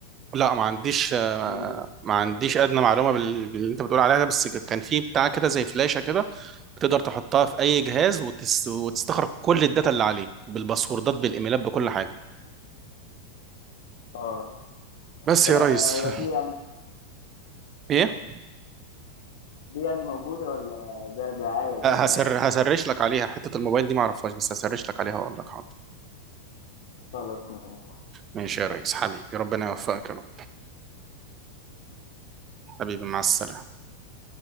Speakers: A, on the right; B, on the left.
A: لا ما عنديش آه،
B: مش بت-
A: ما عنديش ادنى معلومه بال- باللي انت بتقول عليها ده، بس ك- كان في بتاع كده زي فلاشه كده بتقدر تحطها في اي جهاز وتس... وتستخرج كل الداتا اللي عليه بالباسوردات بالايميلات بكل حاجه
B: اه
A: بس
B: فهي
A: يا ريس
B: دي يعني
A: ايه
B: دي يعني موجوده ولا ده دعايه وكده
A: ه- هسر
B: يعني
A: هسرش لك عليها حتة الموبايل دي ما اعرفهاش بس هسرش لك عليها واقول لك حاضر
B: خلاص ماشي
A: ماشي يا ريس حبيبي ربنا يوفقك يا رب حبيبي مع السلامة